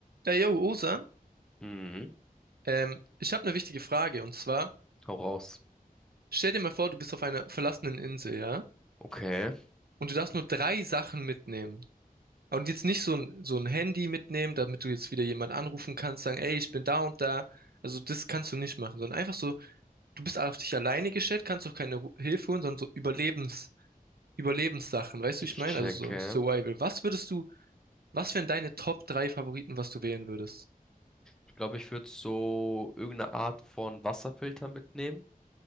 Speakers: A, on the right (about 85°); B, in the centre.
A: Ja, yo, Osan,
B: Mhm.
A: ähm, ich habe eine wichtige Frage und zwar,
B: Hau raus.
A: stell dir mal vor, du bist auf einer verlassenen Insel, ja?
B: Okay,
A: Und du darfst nur drei Sachen mitnehmen. Und jetzt nicht so ein, so ein Handy mitnehmen, damit du jetzt wieder jemand anrufen kannst, sagen, ey, ich bin da und da. Also das kannst du nicht machen, sondern einfach so, du bist auf dich alleine gestellt, kannst auch keine Ru- Hilfe holen, sondern so Überlebens, Überlebenssachen, weißt
B: ich
A: du, wie ich meine?
B: checke.
A: Also so Survival. Was würdest du, was wären deine Top drei Favoriten, was du wählen würdest?
B: Ich glaube, ich würde so irgendeine Art von Wasserfilter mitnehmen,